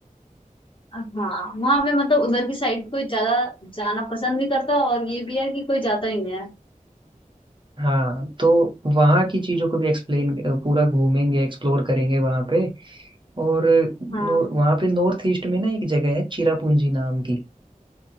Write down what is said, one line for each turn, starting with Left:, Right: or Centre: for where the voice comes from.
Left: हाँ वहां पे मतलब उधर की साइड कोई ज्यादा जाना पसंद नहीं करता और ये भी है कि कोई जाता ही नहीं है
Right: हाँ तो वहाँ की चीजों को भी एक्सप्लेन पूरा घूमेंगे एक्सप्लोर करेंगे वहाँ पे और नो,
Left: हाँ
Right: वहाँ पे नॉर्थ ईस्ट में ना एक जगह है चिरापुंजी नाम की